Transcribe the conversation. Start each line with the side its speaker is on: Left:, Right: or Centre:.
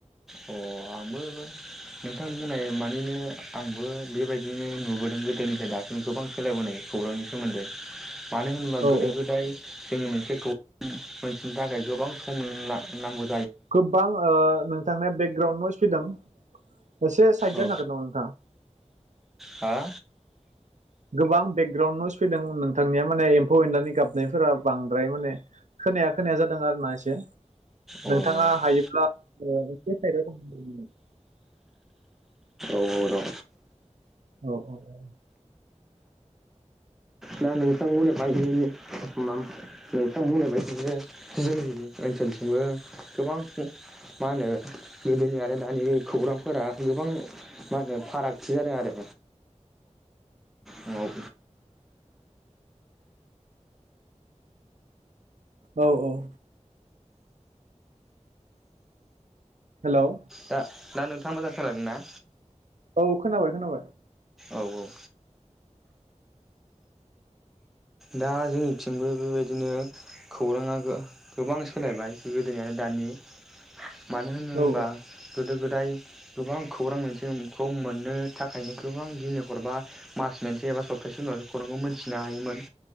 Centre: अ आंबो नोंथां बुंनाय मानिनो आंबो बेबायदिनो नुबोदों गोदोनिफ्राय दासिम गोबां सोलायबोनाय खौरांनि सोमोन्दै। मानो होनोबा
Right: औ
Centre: गोदो
Right: औ
Centre: गोदाय जोंनि मोनसे खौ मोनथिनो थाखाय गोबां सम नां-नांगौ
Right: गोबां ओ नोंथांनि बेकग्राउन्डआव नयेस फैदों। एसे साइद जानो
Centre: औ
Right: हागोन‌ नामा नोंथाङा?
Centre: हा
Right: गोबां बेकग्राउन्ड नयेस फैदों नोंथांनिया माने एम्फौ एनलानि गाबनायफोरा बांद्राय माने खोनाया खोनाया जादों आरो ना एसे
Centre: अ औ
Right: नोंथाङा हायोब्ला एसे ओ साइदआव <unintelligible>
Centre: औ र'
Right: औ औ औ
Centre: दा नोंथां बुंनाय बादियैनो नोंथां बुंनाय बायदिनो जोंनि ओनसोलथिंबो गोबां मा होनो गोदोनि आरो दानि खौरांफोरा गोबां मा होनो फारागथि जादों आरो। औ
Right: औ औ हेलौ
Centre: दा दा नोंथाङा मोजां खोनादों ना?
Right: औ खोनाबाय खोनाबाय।
Centre: औ औ। दा जोंनिथिंबो बेबायदिनो खौराङा गो-गोबां सोलायबाय गोदोनि आरो दानि। मानो होन-होनबा
Right: औ
Centre: गोदो गोदाय गोबां खौरां मोनसेखौ मोननो थाखायनो गोबां दिनै हरबा मास मोनसे एबा सप्तासे उनावसो खौरांखौ मोनथिनो हायोमोन।